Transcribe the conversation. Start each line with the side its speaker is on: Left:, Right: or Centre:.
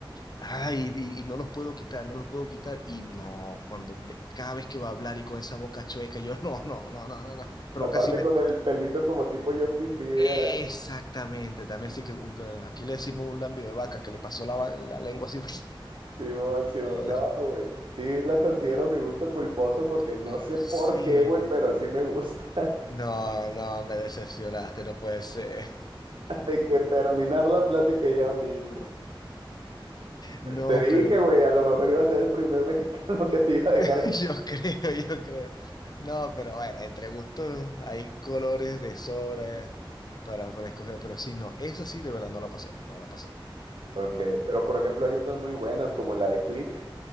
Left: ay, y, y no los puedo quitar, no los puedo quitar, y no, cuando, ve- cada vez que va a hablar y con esa boca chueca, yo <laughs> no, no, no, no, no, no, provoca
Right: Aparte
Left: así me...
Right: con el pelito como tipo Justin Bieber,
Left: Exactamente,
Right: ac-
Left: también así que un- aquí le decimos un lambio de vaca que le pasó la, va- la lengua así. <laughs>
Right: Simón,
Left: Y
Right: Simón,
Left: se lo dejó.
Right: no, güey. Sí la considero mi gusto culposo porque no
Left: ¿En
Right: sé
Left: serio?
Right: por qué, güey, pero sí me gusta.
Left: No, no, me decepcionaste, no puede ser.
Right: <laughs> De que terminar
Left: <laughs>
Right: la plática ya mismo.
Left: No,
Right: Te dije,
Left: pero
Right: güey, a lo mejor iba a ser el primer <laughs> mexicano que te iba
Left: <laughs>
Right: a dejar.
Left: yo
Right: ca-
Left: creo, yo creo. No, pero bueno, entre gustos hay colores de sobra para, para escoger, pero sí, no, esa sí de verdad no la pasé, no la pasé,
Right: Ok,
Left: no la.
Right: pero por ejemplo hay otras muy buenas como la de Click.